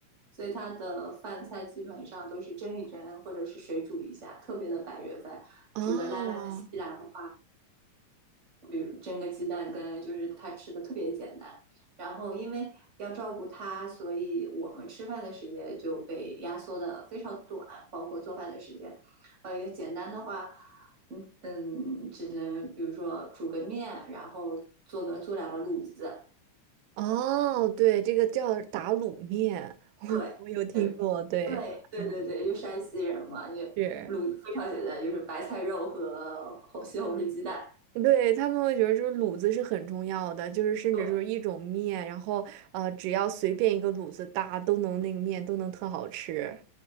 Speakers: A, on the right (about 25°); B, on the right (about 85°).
A: 所以他的饭菜基本上都是蒸一蒸，或者是水煮一下，特别的白人饭，
B: 啊。
A: 煮的烂烂的西兰花，
B: 哦
A: 比如蒸个鸡蛋羹，就是他吃的特别简单。然后因为要照顾他，所以我们吃饭的时间就被压缩的非常短，包括做饭的时间。呃，简单的话，嗯嗯，只能比如说煮个面，然后做个做两个卤子。
B: 哦，对，这个叫打卤面，
A: 对，
B: 我有听过，
A: 对，
B: 对。
A: 对，对对对，
B: 嗯
A: 就山西人嘛，就卤子非常简单，
B: 是，
A: 就是白菜肉和红西红柿鸡蛋。
B: 对，他们会觉得就是卤子是很重要的，就是甚至就是一种面，
A: 对
B: 然后呃，只要随便一个卤子搭，都能那个面都能特好吃。